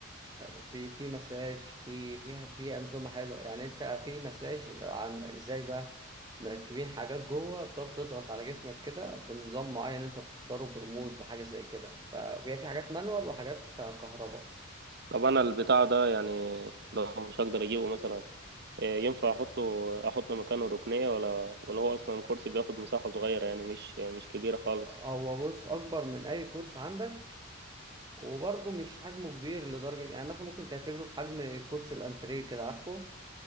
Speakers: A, on the right (about 20°); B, on the right (about 50°).
A: بي- في مساج في فيها في أنظمة حلوة يعني أنت في مساج عن إزاي بقى مركبين حاجات جوه بتقعد تضغط على جسمك كده بنظام معين أنت بتختاره بريموت بحاجة زي كده فبيبقى في حاجات مانوال وحاجات كهرباء
B: طب انا البتاع ده يعني لو مش هقدر اجيبه مثلا آه، ينفع احطه احط مكانه ركنيه ولا ولا هو اصلا الكرسي بياخد مساحه صغيره يعني مش مش كبيره خالص
A: هو بص أكبر من أي كورس عندك وبرضه مش حجمه كبير لدرجة يعني مثلا ممكن تعتبره في حجم كرسي الأنتريه كده عارفه؟